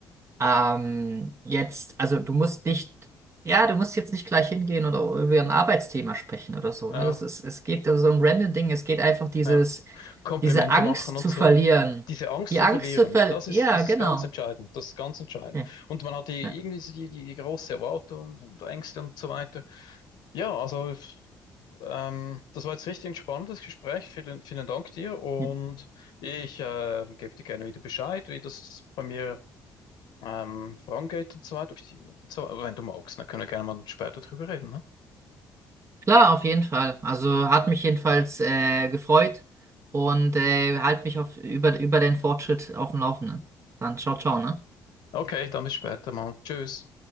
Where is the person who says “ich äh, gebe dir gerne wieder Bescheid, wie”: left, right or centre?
Left